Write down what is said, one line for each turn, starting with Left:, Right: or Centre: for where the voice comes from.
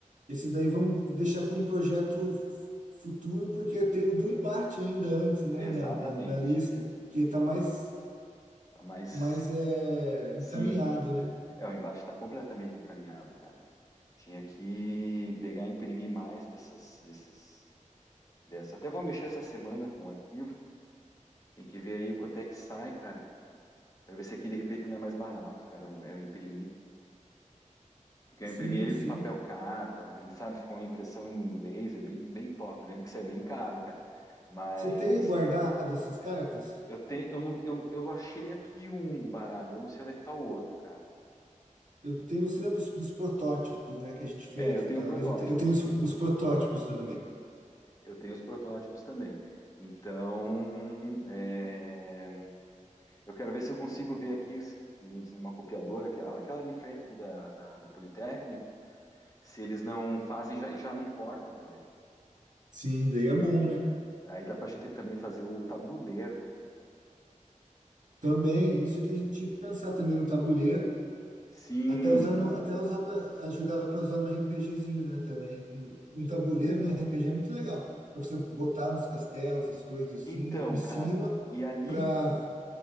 Right: Esse daí vamos deixar para um projeto f- futuro, porque tem o do embate ainda antes, né,
Left: Exatamente.
Right: na, na, na lista, que está
Left: Tem,
Right: mais,
Left: tá mais.
Right: mais é, encaminhado,
Left: Sim.
Right: né?
Left: É, o embate está completamente encaminhado, cara. Tinha que pegar e imprimir mais dessas, dessas, dessa. Até vou mexer essa semana com o arquivo Tem que ver aí quanto é que sai, cara. Pra ver se aqui de repente não é mais barato, cara. é Eu imprimir. Porque
Right: Sim,
Left: eu imprimi ele
Right: sim.
Left: com papel carta, imprimi, sabe? Ficou uma impressão em laser bem, bem top. Eu lembro que saiu bem caro, cara. Mas
Right: Você tem guardado essas cartas?
Left: eu tenho, eu não, eu, eu achei aqui um baralho, eu não sei onde é que tá o outro, cara.
Right: Eu tenho, você lembra dos, dos protótipos, né, que a gente fez
Left: É, eu tenho
Right: naquela
Left: o protótipo.
Right: vez? Eu tenho, eu tenho os, os protótipos também.
Left: Eu tenho os protótipos também. Então, é, eu quero ver se eu consigo ver aqui se- se uma copiadora, aquela, aquela de frente ali da, da- do Politécnico Se eles não fazem já, e já não cortam também.
Right: Sim, daí é bom, né?
Left: Aí dá pra gente também fazer o tabuleiro, cara.
Right: Também, isso que a gente tinha que pensar também no tabuleiro.
Left: Sim,
Right: Até usando,
Left: cara.
Right: até usar para ajudar para usar no RPGzinho, né, também. Um tabuleiro
Left: sim.
Right: no RPG é muito legal, para você botar uns castelos, as coisas assim,
Left: Então,
Right: em cima
Left: cara, e ali
Right: para